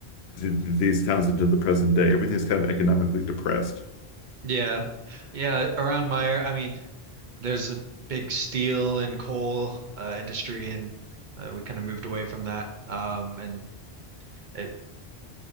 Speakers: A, on the left; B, on the right.
A: th these towns into the present day. Everything's kind of economically depressed.
B: Yeah. Yeah, around my, I mean, there's a big steel and coal uh industry and uh, we kind of moved away from that. Um and it